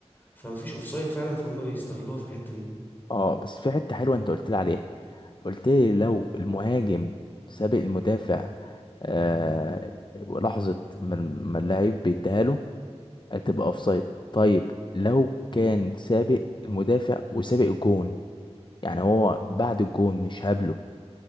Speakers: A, on the left (about 15°); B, on the left (about 45°).
A: فمفيش اوفسايد فعلا فهم بيستغلوها في الحتة دي
B: اه بس في حتة حلوة انت قلت لي عليها قلت لي لو المهاجم سابق المدافع آه لحظة ما ما اللاعب بيديها له هتبقى اوفسايد طيب لو كان سابق المدافع وسابق الجون يعني هو بعد الجون مش هابله